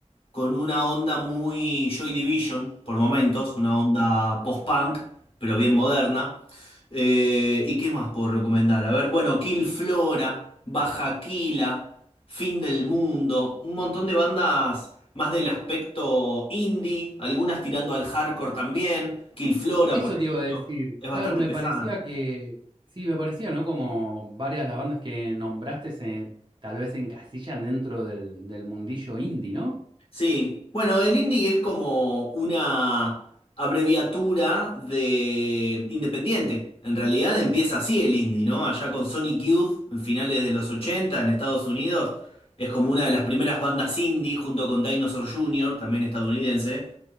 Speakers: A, on the left; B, on the right.
A: con una onda muy Joy Division por momentos, una onda post-punk, pero bien moderna. Eh, ¿y qué más puedo recomendar? A ver, bueno, Kill Flora, Baja Kila, Fin del Mundo, un montón de bandas más del aspecto indie, algunas tirando al hardcore también. Kill Flora,
B: Eso
A: por
B: te
A: ejemplo,
B: iba a decir.
A: es
B: Claro,
A: bastante
B: me
A: pesada.
B: parecía que, sí, me parecía, ¿no? Como varias de las bandas que nombraste se tal vez se encasillan dentro del, del mundillo indie, ¿no?
A: Sí, bueno, el indie es como una abreviatura de independiente. En realidad empieza así el indie, ¿no? Allá con Sonic Youth, en finales de los 80 en Estados Unidos, es como una de las primeras bandas indie junto con Dinosaur Jr., también estadounidense